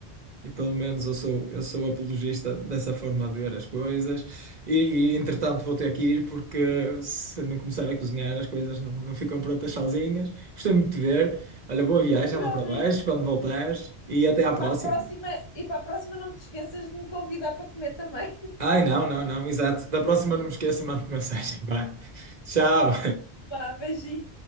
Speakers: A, on the right; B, on the left.
A: E pelo menos eu sou, eu sou apologista dessa forma de ver as coisas. E, e, entretanto vou ter que ir porque se não começar a cozinhar as coisas não, não ficam prontas sozinhas. Gostei muito de ver. Olha, boa viagem
B: Igualmente.
A: lá para baixo quando voltares e até à próxima.
B: Para a próxima, e para a próxima não te esqueças de me convidar para comer também.
A: Ai, não, não, não, exato. Da próxima não me esqueço e mando mensagem. Vá. <laughs> Tchau.
B: <laughs> Vá, beijinho.